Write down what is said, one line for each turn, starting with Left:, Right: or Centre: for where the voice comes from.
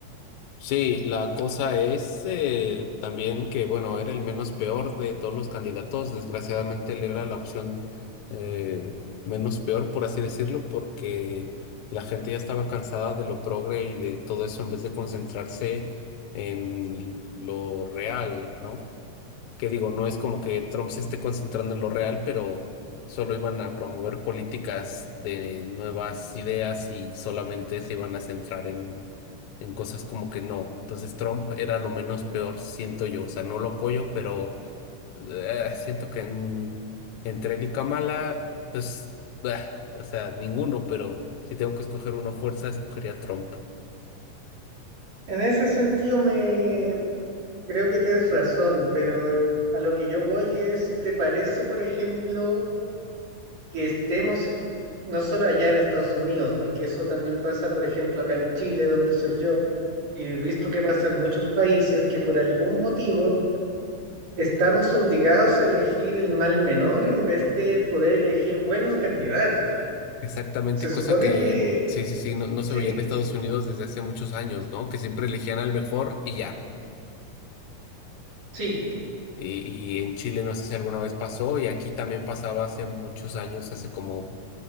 Left: sí, la cosa es eh, también que, bueno, era el menos peor de todos los candidatos. Desgraciadamente, él era la opción eh, menos peor, por así decirlo, porque la gente ya estaba cansada de lo progre y de todo eso en vez de concentrarse en lo real, ¿no? que digo, no es como que Trump se esté concentrando en lo real, pero solo iban a promover políticas de nuevas ideas y solamente se iban a centrar en, en cosas como que no. Entonces Trump era lo menos peor, siento yo. O sea, no lo apoyo, pero eh, siento que en- entre él y Kamala, pues, bah, o sea, ninguno, pero si tengo que escoger uno a fuerza, escogería a Trump.
Right: En ese sentido, me creo que tienes razón, pero a lo que yo voy es, ¿te parece, por ejemplo, que estemos no solo allá en Estados Unidos, porque eso también pasa, por ejemplo, acá en Chile, donde soy yo, y he visto que pasa en muchos países que por algún motivo estamos obligados a elegir el mal menor en vez de poder elegir buenos candidatos.
Left: Exactamente,
Right: Se supone
Left: cosa que
Right: que
Left: en- sí, sí, sí, no, no
Right: sí,
Left: se veía en Estados Unidos desde hace muchos años, ¿no? Que siempre elegían al mejor y ya.
Right: sí,
Left: Y, y en Chile no sé si alguna vez pasó, y aquí también pasaba hace muchos años, hace como